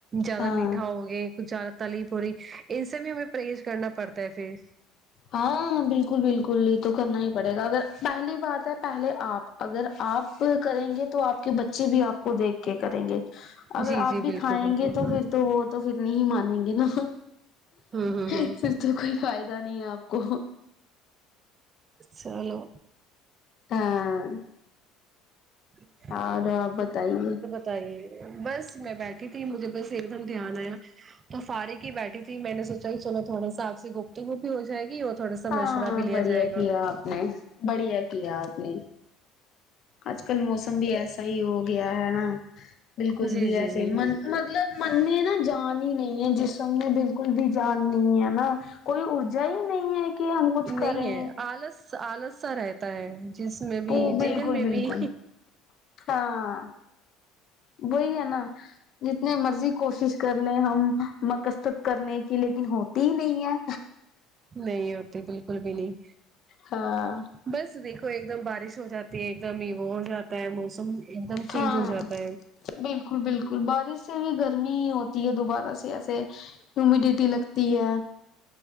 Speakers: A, on the right; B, on the left.
A: زیادہ
B: ہاں
A: میٹھا ہو گیا کچھ زیادہ تلیف ہو رہی ان سے بھی ہمیں پرہیز کرنا پڑتا ہے پھر
B: ہاں بالکل بالکل یہ تو کرنا ہی پڑے گا اگر پہلی بات ہے پہلے آپ اگر آپ کریں گے تو آپ کے بچے بھی آپ کو دیکھ کے کریں گے اگر
A: جی
B: آپ
A: جی
B: بھی
A: بالکل
B: کھائیں
A: بالکل
B: گے تو پھر تو وہ تو پھر نہیں مانیں گے نا
A: ہوں ہوں
B: پھر
A: ہوں
B: تو کوئی فائدہ نہیں ہے آپ کو
A: چلو
B: ہاں
A: اں
B: اور آپ بتائیے
A: تہ یہ بس میں بیٹھی تھی مجھے بس ایک دم دھیان آیا تو فارق ہی بیٹھی تھی میں نے سونچا کہ چلو تھوڑا سا آپ سے گپت گوپ بھی ہو جائے گی اور تھوڑا سا
B: ہاں
A: مشورہ بھی لیا
B: بڑھیا
A: جائے گا
B: کیا آپ نے بڑھیا کیا آپ نے آج کل موسم بھی ایسا ہی ہو گیا ہے نا بالکل
A: جی
B: بھی
A: جی
B: ایسے
A: جی
B: من مطلب من نے نہا جان ہی نہیں ہے جسم نے میں بالکل بھی جان نہیں ہے نا کوئی ارجا ہی نہیں ہے کہ ہم کچھ
A: نہیں
B: کریں
A: ہے آلس سو آلس سا رہتا ہے جس میں
B: تو
A: بھی
B: بالکل
A: ذہن میں
B: بالکل
A: بھی
B: ہاں وہی ہے نا جتنے مرضی کوشش کر لیں ہم مقستط کرنے کی لیکن ہو تھی نہیں ہے
A: نہیں ہوتی بالکل بھی نہیں
B: ہاں
A: بس دیکھو ایک دم بارش ہو جاتی ہے ایک دم ہی وہ ہو جاتا ہے موسم ایک دم چینج
B: ہاں
A: ہو جاتا
B: بالکل بالکل بارش سے بھی گرمی ہی ہوتی جی یہ دوبارہ سے ایسے ہیومیڈیٹی لگتی ہے